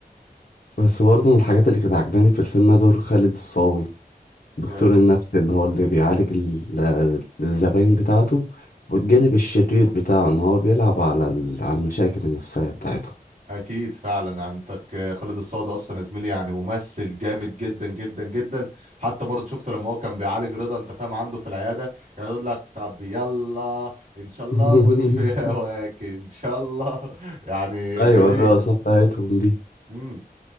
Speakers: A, on the left; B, on the right.
A: بس برضه من الحاجات اللي كانت عجباني في الفيلم ده دور خالد الصاوي دكتور
B: يس
A: النفس اللي هو اللي بيعالج ال- الزباين بتاعته والجانب الشرير بتاعه ان هو بيلعب على ال- على المشاكل النفسية بتاعتهم
B: اكيد فعلا عندك خالد الصاوي ده اصلا يا زميلي يعني ممثل جامد جدا جدا جدا حتى برضه شفته لما هو كان بيعالج رضا انت فاهم عنده في العياده كان يقول لك طب يلا ان شاء الله
A: <laughs>
B: موت في هواك ان شاء الله <laughs> يعني
A: ايوه
B: جميل
A: ايوه الرقصة بتاعتهم دي
B: امم